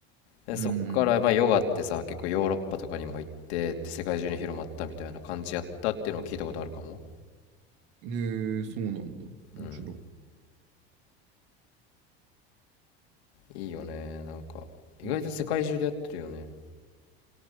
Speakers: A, on the left (about 80°); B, on the right (about 65°).
A: でそっからまあヨガってさ結構ヨーロッパとかにも行ってって世界中に広まったみたいな感じやったっていうのを聞いたことあるかも
B: うん。えー、そうなんだ。面白い。
A: うんいいよねなんか意外と世界中でやってるよね
B: うん。